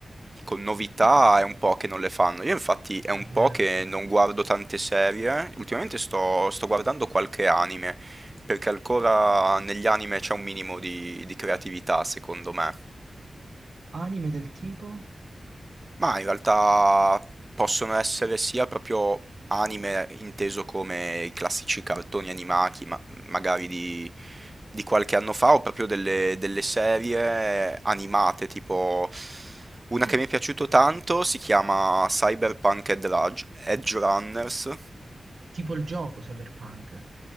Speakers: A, on the right; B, on the right.
A: con novità è un po' che non le fanno. Io infatti è
B: È
A: un
B: vero,
A: po' che
B: sì.
A: non guardo tante serie, ultimamente sto, sto guardando qualche anime, perché ancora negli anime c'è un minimo di di creatività, secondo me.
B: Anime del tipo?
A: Ma in realtà possono essere sia proprio anime inteso come i classici cartoni animati, ma- magari di, di qualche anno fa, o proprio delle, delle serie animate, tipo una
B: Mm.
A: che mi è piaciuto tanto si chiama Cyberpunk Edge Edge Runners
B: Tipo il gioco Cyberpunk.